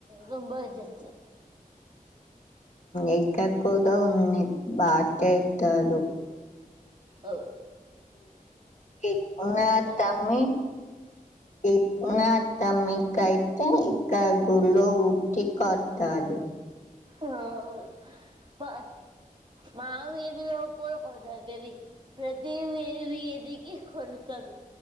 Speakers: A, on the right (about 30°); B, on the left (about 55°).
A: గంబ వచ్చస్తా
B: ఎకా కూడా ఉంది బాటతాడు
A: అవు
B: ఎట్నా
A: వాళ్ళు
B: తమ ఎట్నా తమికైతే ఇక గుడిలో ఉట్టి కొట్టాడు
A: ఆ మా వీధి <unintelligible> ఇదికి కొడుతాడు